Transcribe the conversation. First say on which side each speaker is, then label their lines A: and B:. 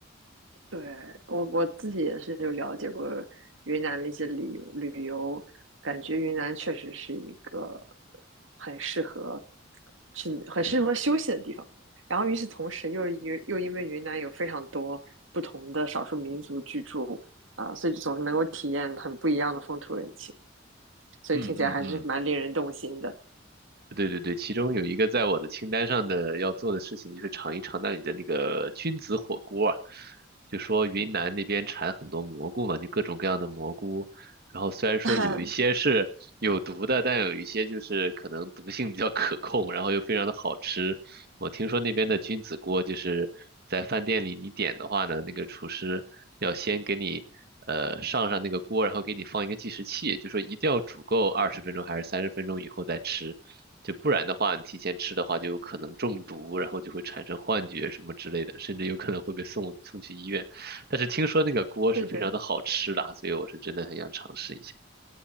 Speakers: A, on the right; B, on the right.
A: 对，我我自己也是就了解过云南的一些旅游旅游，感觉云南确实是一个很适合去、很适合休息的地方。然后与此同时又，又又因为云南有非常多不同的少数民族居住啊、所以总是能够体验很不一样的风土人情，所以听起来还是蛮令人动心的。
B: 嗯嗯对对对，其中有一个在我的清单上的要做的事情，就是尝一尝那里的那个菌子火锅啊。就说云南那边产很多蘑菇嘛，就各种各样的蘑菇。然后虽然说有一些是有毒的，
A: <laughs>
B: 但有一些就是可能毒性比较可控，然后又非常的好吃。我听说那边的君子锅就是在饭店里你点的话呢，那个厨师要先给你呃上上那个锅，然后给你放一个计时器，就说一定要煮够二十分钟还是三十分钟以后再吃，就不然的话你提前吃的话就有可能中毒，然后就会产生幻觉什么之类的，甚至有可能会被送送去医院。但是听说那个锅是非常的好吃的啊所以我是真的很想尝试一下。
A: 是的，